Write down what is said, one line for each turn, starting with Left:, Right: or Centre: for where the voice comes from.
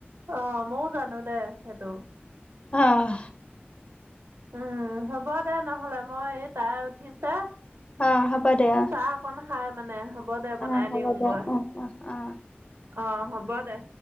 Right: অহ, মইও জানোঁ দে সেইটো।
Left: অহ।
Right: উম, হ'ব দে নহ'লে মই এই তাই উঠিছে চা
Left: অ হ'ব দে অ
Right: চাহ অকন খায় মানে হ'ব দে বনাই
Left: অ হ'ব
Right: দিওঁ
Left: দে
Right: গৈ।
Left: অ অ অ
Right: অহ, হ'ব দে।